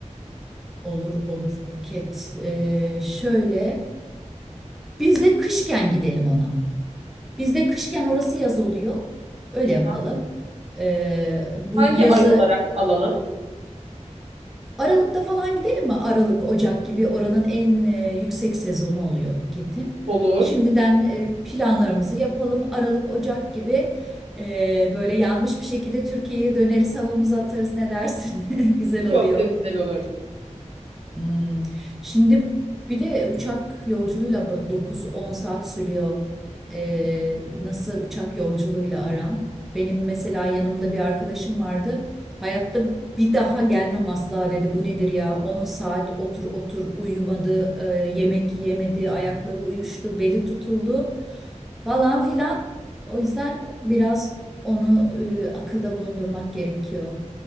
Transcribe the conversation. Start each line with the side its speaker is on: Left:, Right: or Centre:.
Centre: Olur olur Phuket. E, şöyle biz de kışken gidelim ona. Biz de kışken orası yaz oluyor. Öyle
Right: Tamam.
Centre: yapalım. E, bu
Right: Hangi
Centre: yazı
Right: ay olarak alalım?
Centre: Aralık'ta falan gidelim mi? Aralık, Ocak gibi oranın en e, yüksek sezonu oluyor Phuket'in.
Right: Olur.
Centre: Şimdiden e, planlarımızı yapalım. Aralık, Ocak gibi e, böyle yanmış bir şekilde Türkiye'ye döneriz, havamızı atarız. Ne dersin? <laughs> Güzel oluyor.
Right: Çok da güzel olur.
Centre: Hmm. Şimdi bir de uçak yolculuğuyla ba- 9-10 saat sürüyor. Ee, nasıl uçak yolculuğuyla aran? Benim mesela yanımda bir arkadaşım vardı. Hayatta bir daha gelmem asla dedi. Bu nedir ya? 10 saat otur otur uyumadı, e, yemek yemedi, ayakları uyuştu, beli tutuldu falan filan. O yüzden biraz onu e, akılda bulundurmak gerekiyor.